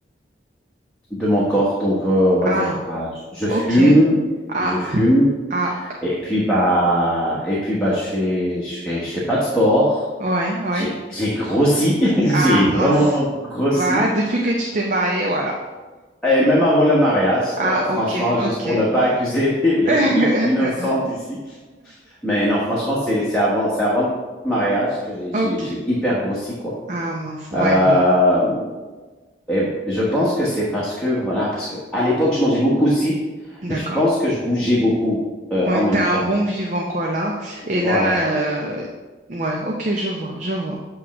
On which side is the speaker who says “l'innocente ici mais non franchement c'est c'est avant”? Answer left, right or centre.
Centre